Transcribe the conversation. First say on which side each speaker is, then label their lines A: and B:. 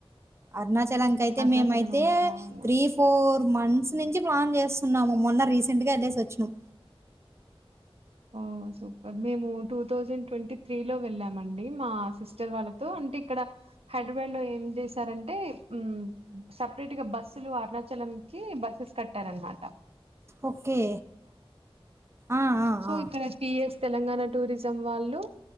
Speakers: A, on the right; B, on the right.
A: అరుణాచలం కైతే
B: అరుణాచలం
A: మేమయితే
B: అంతే అవునా
A: త్రీ ఫోర్ మంత్స్ నుంచి ప్లాన్ చేస్తున్నాము మొన్న రీసెంట్గా ఎళ్ళేసి వచ్చినం
B: ఓ సూపర్ మేము టూ థౌజండ్ ట్వంటీ త్రీ లో వెళ్ళామండి మా సిస్టర్ వాళ్ళతో అంటే ఇక్కడ హైదరాబాద్ లో ఏం చేశారంటే మ్మ్ సెపరేట్ గా బస్సులు అరుణాచలం కి బస్సెస్ కట్టారు అనమాట
A: ఓకే ఆ ఆ
B: సో
A: ఆ
B: ఇక్కడ పిఎస్ తెలంగాణ టూరిజం వాళ్ళు